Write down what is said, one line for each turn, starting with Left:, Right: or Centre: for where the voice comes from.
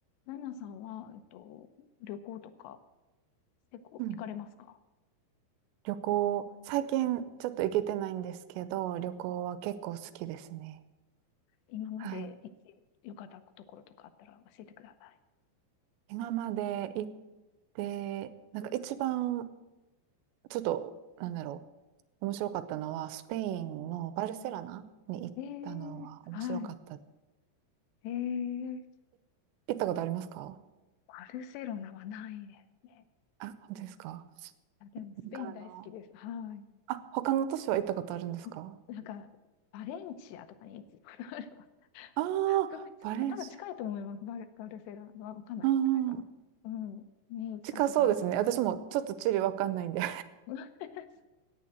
Left: ナナさんは、えっと、旅行とか結構行かれますか
Right: うん旅行、最近ちょっと行けてないんですけど、旅行は結構好きですね。
Left: 今まで行ってよかったところとかあったら教えてください。
Right: はい。今まで行って、なんか一番、ちょっと、なんだろう、面白かったのは、スペインのバルセロナに行ったのは面白かった。
Left: えー、はい。
Right: い、
Left: えー、
Right: 行ったことありますか
Left: バルセロナはないですね。
Right: あ、本当ですか
Left: あ、でもスペイン大好きです。
Right: なんかあの、
Left: はい。
Right: あ、他の都市は行ったことあるんですか
Left: あなんか、バレンチアとかに行くことあれば、
Right: ああー、
Left: <laughs> すごい、
Right: バレンシア。
Left: 多分近いと思います。バル、バルセロナはわかんない。
Right: うんうん。
Left: 近いかなうん。に行ったことある。
Right: 近そうですね。私もちょっと地理わかんないんで。
Left: <laughs>